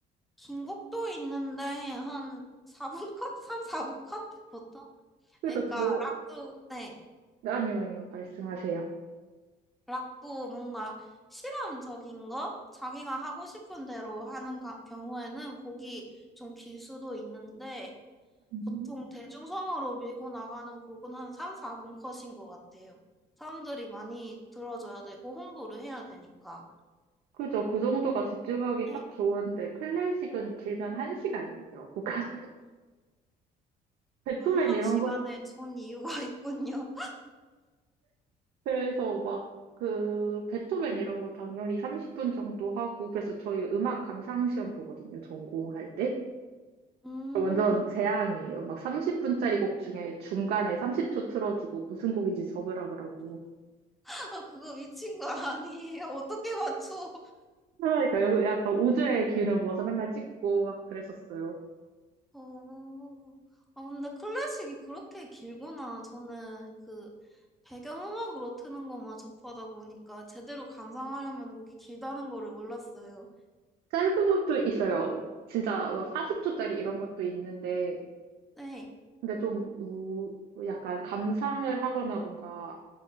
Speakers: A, in the centre; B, on the right.
A: 긴 곡도 있는데 한 4분 컷? 3, 4분 컷? 보통?
B: 그래서
A: 그러니까
B: 저,
A: 락도 네.
B: 아니요, 아니요. 말씀하세요.
A: 락도 뭔가 실험적인 거? 자기가 하고 싶은 대로 하는 가- 경우에는 곡이 좀 길 수도 있는데
B: 음.
A: 보통 대중성으로 밀고 나가는 곡은 한 3, 4분 컷인 것 같아요. 사람들이 많이 들어줘야 되고 홍보를 해야 되니까.
B: 그죠. 그 정도가 집중하기
A: 네.
B: 딱 좋은데, 클래식은 길면 한 시간이에요. 곡 한, <laughs> 베토벤
A: 음악
B: 이런
A: 시간에
B: 것
A: 좋은 이유가 <laughs> 있군요.
B: 그래서 막 그 베토벤 이런 거 당연히 30분 정도 하고 그래서 저희 음악 감상 시험 보거든요. 전공할 때.
A: 음,
B: 완전 재앙이에요. 막 30분짜리 곡 중에 중간에 30초 틀어주고 무슨 곡인지 적으라 그러고.
A: <laughs> 그거 미친 거 아니에요? 어떻게 맞춰?
B: 그러니까요. 그 약간 우주의 기운을 모아서 맨날 찍고 막 그랬었어요.
A: 어, 아, 근데 클래식이 그렇게 길구나. 저는 그 배경음악으로 트는 것만 접하다 보니까 제대로 감상하려면 그렇게 길다는 거를 몰랐어요.
B: 짧은 것도 있어요. 진짜 막 40초짜리 이런 것도 있는데
A: 네.
B: 근데 좀 우, 약간 감상을 하거나 뭔가